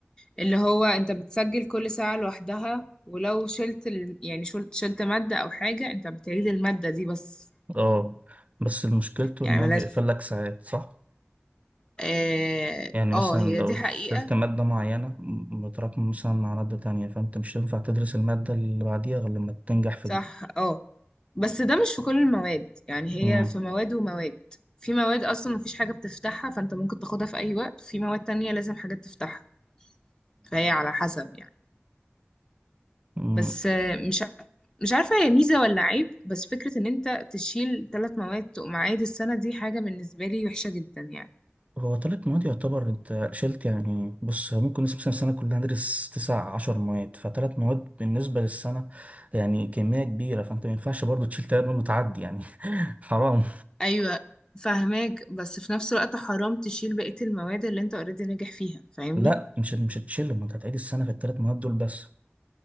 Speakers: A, on the left (about 20°); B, on the right (about 35°).
A: اللي هو انت بتسجل كل ساعه لوحدها ولو شلت ال... يعني شلت شلت ماده او حاجه انت بتعيد الماده دي بس
B: اه بس مشكلته
A: يعني
B: ان هو
A: ملاش
B: بيقفل لك ساعات صح؟
A: اه
B: يعني
A: آه،
B: مثلا
A: هي
B: لو
A: دي حقيقه
B: شلت مادة معينة م- متراكمة مثلا مع مادة تانية فانت مش هينفع تدرس المادة اللي بعديها غير لما تنجح في
A: صح
B: دي
A: اه بس ده مش في كل المواد يعني
B: مم.
A: هي في مواد ومواد في مواد اصلا مفيش حاجه بتفتحها فانت ممكن تاخدها في اي وقت في مواد تانية لازم حاجات تفتحها فهي على حسب يعني
B: مم.
A: بس آه، مش ع- مش عارفة هي ميزة ولا عيب بس فكرة ان انت تشيل ثلاث مواد تقوم عايد السنة دي حاجة بالنسبة لي وحشة جدا يعني
B: هو تلات مواد يعتبر انت شلت يعني بص هو ممكن نسبة مثلا السنة كلها ندرس تسع عشر مواد فتلات مواد بالنسبة للسنة يعني كمية كبيرة فانت ما ينفعش برضو تشيل تلات مواد وتعدي يعني <laughs> حرام
A: ايوه فاهماك بس في نفس الوقت حرام تشيل بقية المواد اللي انت اوريدي ناجح فيها فاهمني
B: لا مش مش هتشيل ما انت هتعيد السنة في التلات مواد دول بس